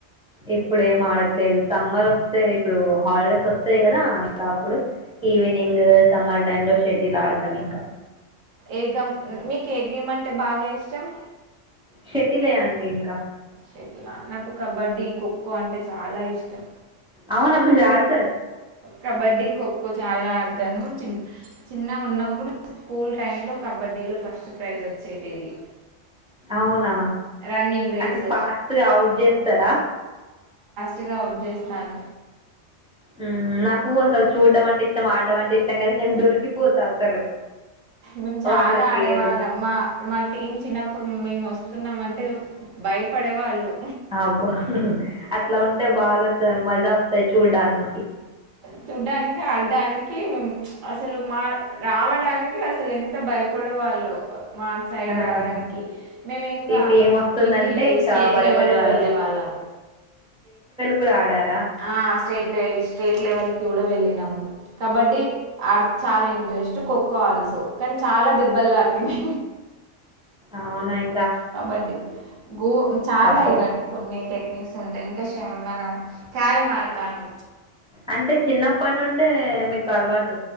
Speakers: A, in the centre; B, on the right (about 50°).
A: ఇప్పుడు ఏం ఆడట్లేదు సమ్మర్ వస్తే ఇప్పుడు హాలిడేస్ వస్తాయి కదా ఇంకా అప్పుడు ఈవినింగ్ సమ్మర్ టైమ్ లో షెడ్యూల్ ఆడతాం ఇంకా
B: ఏ గమ్ మీకు ఏ గేమ్ అంటే బాగా ఇష్టం
A: షటిలే అండి ఇంకా
B: షెట్లా నాకు కబడ్డీ ఖోఖో అంటే చాలా ఇష్టం
A: అవును <unintelligible>
B: కబడ్డీ ఖోఖో చాలా ఆడతాను చిన్ చిన్న ఉన్నప్పుడు స్కూల్ టైమ్ లో కబడ్డీలో ఫస్ట్ ప్రైజ్ వచ్చేటిది
A: అవునా
B: రన్నింగ్ రేస్
A: అంటే ఫాస్ట్ గా అవుట్ చేస్తారా
B: టిగా ఔట్ జేస్తాను
A: ఊ నాకు అసల్ చూడ్డం అంటే ఇష్టం, ఆడ్డం అంటే ఇష్టం గానీ నేను దొరికిపోతా అసలు.
B: మేం చాలా
A: వాళ్ళకి
B: ఆడేవాళ్ళం
A: వెళ్తే
B: మా మా టీం చిన్నప్పుడు మేము వస్ వస్తున్నం అంటే భయపడేవాళ్ళు
A: అబ్బా అట్లా ఉంటే బాగా వస్త మజా వస్తాయ్ చూడ్డానికి
B: చూడ్డానికి ఆడ్డానికి మేం అసలు మా రావడాని కి అసలు ఎంత భయపడే వాళ్ళో మా సైడ్
A: ఆహా.
B: రావడానికి మేము ఇంకా
A: ఇటు ఏం వస్తుందంటే
B: ఏంటీ
A: ఇంకా
B: స్టేట్
A: భయపడే
B: లెవెల్లో
A: వాళ్ళని
B: వెళ్ళే వాళ్ళం
A: కూడ ఆడార్
B: ఆ స్టేట్ లే స్టేట్ లెవెల్ కూడ వెళ్ళే ళ్లం కబడ్డీ అర్ ఛానే జస్ట్ కోక్కో ఆల్సో కానీ చాలా దెబ్బలుకిడి
A: అవునాయి
B: కబడ్డీ గో చాలా
A: తప్పవు
B: ఇట్ కొన్ని టెక్నిక్స్ ఉంటాయి ఇంకా మనం క్యార మాడతను
A: అంటే చిన్నప్పటి నుండి మీకు అలవా